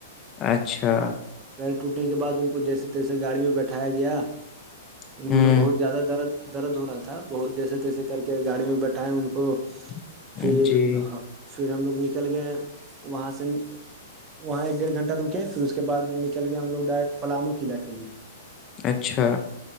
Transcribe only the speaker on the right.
پیر ٹوٹنے کے بعد ان کو جیسے تیسے گاڑی میں بیٹھایا گیا
ان
کو تو بہت زیادہ درد درد ہو رہا تھا بہت جیسے تیسے کر کے گاڑی میں بیٹھائے ان کو
پھر
پھر ہم لوگ نکل گئے وہاں سے وہاں ایک ڈیڑ گھنٹ رکے پھر اس کے بع نکل گیا ہم لوگ ڈائریکٹ پلامو قلع کے لیے